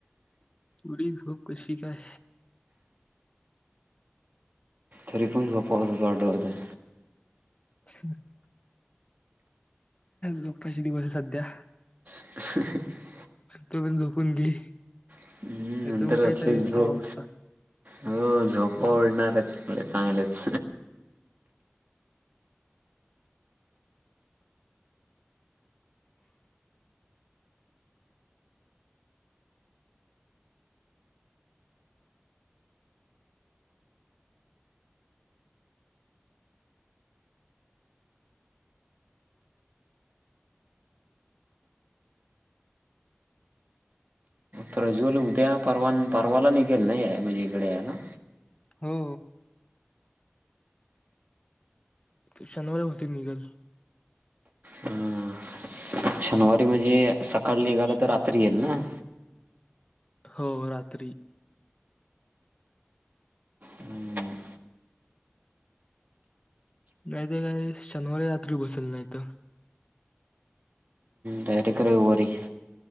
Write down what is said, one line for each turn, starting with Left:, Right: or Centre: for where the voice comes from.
Left: एवढी झोप कशी काय?
Right: तरी पण झोपावंसच वाटत होतं.
Left: <unintelligible> झोप्पायचे दिवसय सध्या.
Right: <unintelligible>
Left: तू पण झोपून घे.
Right: हम्म,
Left: नाहीतर
Right: नंतर
Left: उठायचं
Right: असले
Left: आहे
Right: झोप.
Left: सहा वाजता
Right: हो, झोपा उडणार चले चांगलेच. प्रज्वल, उद्या- परवा न परवाला निघेल ना, याय म्हणजे इकडे यायला.
Left: हो. तो शनिवारी बहुतेक निघल.
Right: हम्म. शनिवारी म्हणजे, सकाळ निघाल
Left: शन
Right: तर, रात्री येईल ना.
Left: हो, रात्री.
Right: हम्म.
Left: नाही तर काय, शनिवारी रात्री बसल नाहीतर.
Right: डायरेक रविवारी.